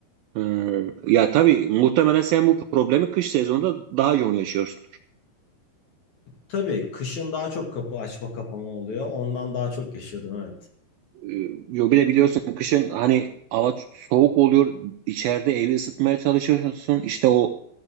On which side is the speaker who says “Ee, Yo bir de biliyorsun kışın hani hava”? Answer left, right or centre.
Right